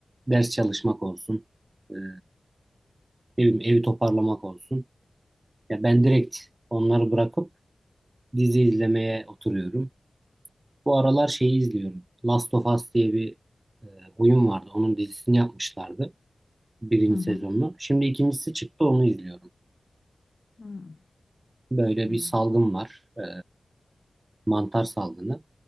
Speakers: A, on the right; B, on the left.
A: ders çalışmak olsun, e, ne bileyim, evi toparlamak olsun. Ya ben direkt onları bırakıp dizi izlemeye oturuyorum. Bu aralar şeyi izliyorum. Last of Us diye bir e, oyun vardı. Onun dizisini yapmışlardı. birinci
B: hı hı.
A: sezonunu. Şimdi ikincisi çıktı onu izliyorum.
B: Hı,
A: Böyle
B: Evet,
A: bir salgın var. e, mantar salgını.